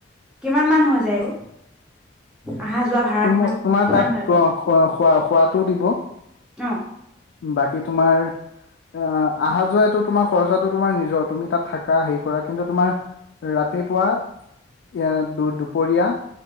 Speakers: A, in the centre; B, on the left.
A: কিমান মান হৈ যায় অ? অহা যোৱা ভাড়া
B: তুম-
A: কিমান
B: তোমাৰ
A: কিমান
B: তাত
A: হয়
B: খ
A: বাৰু
B: - খ - খোৱা - খোৱাতটোও দিব।
A: অ'
B: বাকী তোমাৰ, আ, আহা-যোৱা এটো তোমাৰ খৰচাটো তোমাৰ নিজৰ তুমি তাত থাক কাৰ হেৰি কৰা কিন্তু তোমাৰ, ৰাতিপুৱা <unintelligible> দুপৰীয়া,